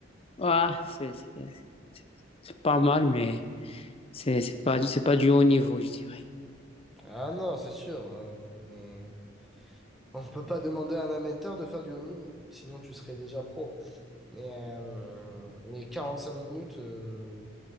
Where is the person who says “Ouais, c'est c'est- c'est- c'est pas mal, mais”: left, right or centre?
Left